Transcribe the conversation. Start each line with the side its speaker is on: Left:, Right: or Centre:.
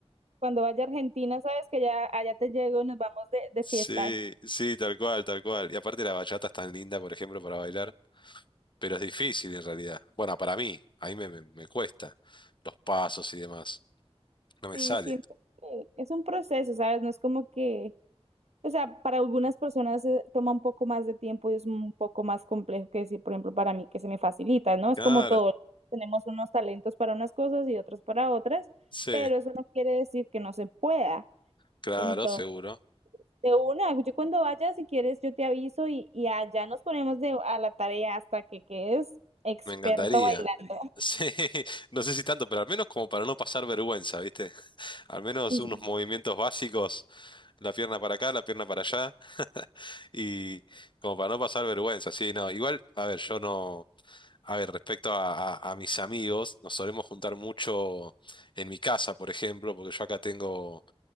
Right: cuando vaya a Argentina, sabes que ya allá te llego y nos vamos de, de
Left: Sí,
Right: fiesta.
Left: sí, tal cual, tal cual. Y aparte la bachata es tan linda, por ejemplo, para bailar, pero es difícil en realidad. Bueno, para mí, a mí me, me, me cuesta los pasos y demás. No me
Right: Sí,
Left: sale.
Right: siento que es un proceso, ¿sabes? No es como que O sea, para algunas personas eh, toma un poco más de tiempo y es un poco más complejo que decir, por ejemplo, para mí que se me facilita, ¿no? Es
Left: Claro,
Right: como todo, tenemos unos talentos para unas cosas y otros para otras,
Left: sí,
Right: pero eso no quiere decir que no se pueda.
Left: claro,
Right: Entonces,
Left: seguro.
Right: de una, yo cuando vaya, si quieres, yo te aviso y, y allá nos ponemos de, a la tarea hasta que quedes experto
Left: Me encantaría.
Right: bailando.
Left: <laughs> Sí, no sé si tanto, pero al menos como para no pasar vergüenza, ¿viste? Al menos
Right: Sí,
Left: unos
Right: sí, sí.
Left: movimientos básicos, la pierna para acá, la pierna para allá, <laughs> y como para no pasar vergüenza, sí, no, igual, a ver, yo no, a ver, respecto a, a- a mis amigos, nos solemos juntar mucho en mi casa, por ejemplo, porque yo acá tengo,